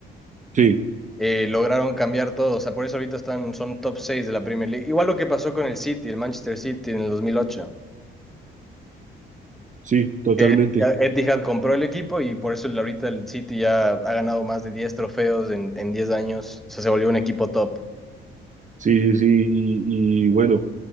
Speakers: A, on the right; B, in the centre.
A: Sí,
B: eh, lograron cambiar todo. O sea, por eso ahorita están, son top 6 de la Premier League. Igual lo que pasó con el City, el Manchester City en el 2008.
A: sí, totalmente.
B: que Etihad, Etihad compró el equipo y por eso el- ahorita el City ya ha ganado más de 10 trofeos en, en 10 años. O sea, se volvió un equipo top.
A: Sí, sí, sí, y, y bueno,